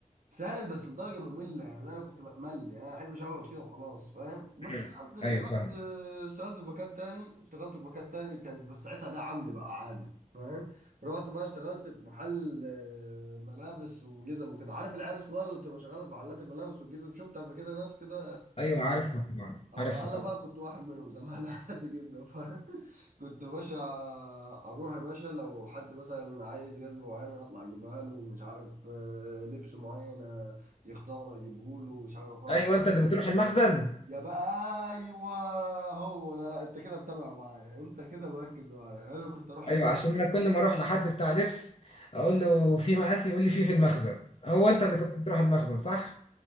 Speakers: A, on the right; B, on the left.
A: سهل بس لدرجه ممله يعني انا كنت بمل يعني انا ما احبش اقعد كده وخلاص فاهم بس
B: مم.
A: اشتغلت اشتغلت
B: ايوه فاهم.
A: اشتغلت في مكان تاني اشتغلت في مكان تاني كانت بس ساعتها ده عمي بقى عادي فاهم رحت بقى اشتغلت في محل آه، ملابس وجزم وكده عارف العيال الصغيره اللي بتبقى شغاله في محلات الملابس والجزم شفت قبل كده ناس كده
B: ايوه عارفها طبعا
A: اه
B: عارفها
A: انا
B: طبعا
A: بقى كنت واحد منهم زمان <laughs> عادي جدا ف كنت يا باشا اروح يا باشا لو حد مثلا عايز جزمه معينه اطلع اجيبها له مش عارف آه، لبس معين آه، يختار اجيبه له مش عارف اقف
B: ايوه انت اللي بتروح المخزن
A: يا بقى ايوه هو ده لا انت كده متابع معايا انت كده مركز معايا انا اللي كنت اروح المطعم
B: ايوه عشان انا كل ما اروح لحد بتاع لبس اقول له في مقاسي يقول لي في في المخزن هو انت اللي كنت بتروح المخزن صح